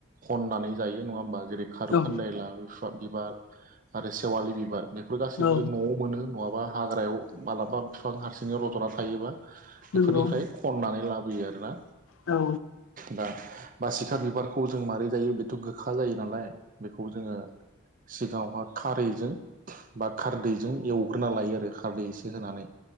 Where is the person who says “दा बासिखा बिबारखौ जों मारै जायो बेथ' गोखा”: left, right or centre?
Right